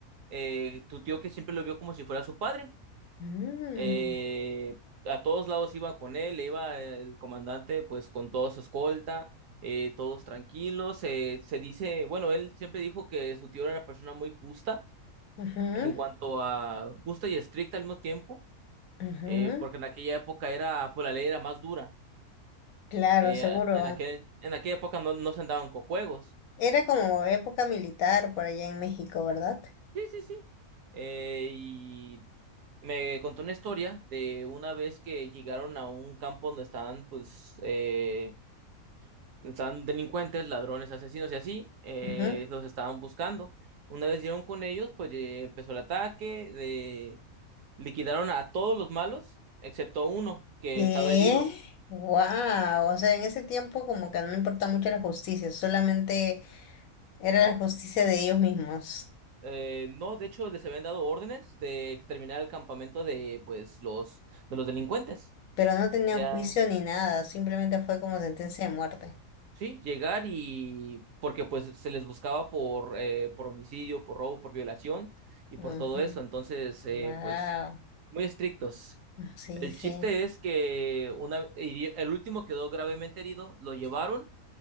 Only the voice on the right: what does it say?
eh, tu tío que siempre lo vio como si fuera su padre.
Eh, a todos lados iban con él, iba el comandante pues con toda su escolta, eh, todos tranquilos. eh, se dice, bueno, él siempre dijo que su tío era una persona muy justa
en cuanto a justa y estricta al mismo tiempo,
eh, porque en aquella época era, pues la ley era más dura.
eh,
en aquel, en aquella época no, no se andaban con juegos.
Sí, sí, sí. Eh, y me contó una historia de una vez que llegaron a un campo donde estaban, pues, eh, Estaban delincuentes, ladrones, asesinos y así, eh,
los estaban buscando. Una vez dieron con ellos, pues eh, empezó el ataque, eh, liquidaron a todos los malos, excepto uno que
estaba herido.
Eh, no, de hecho, les habían dado órdenes de exterminar el campamento de, pues, los, de los delincuentes.
Ya,
sí, llegar y, porque pues se les buscaba por, eh, por homicidio, por robo, por violación y
por todo eso. Entonces, eh,
pues, muy estrictos.
El
chiste es que una, hiri- el último quedó gravemente herido, lo llevaron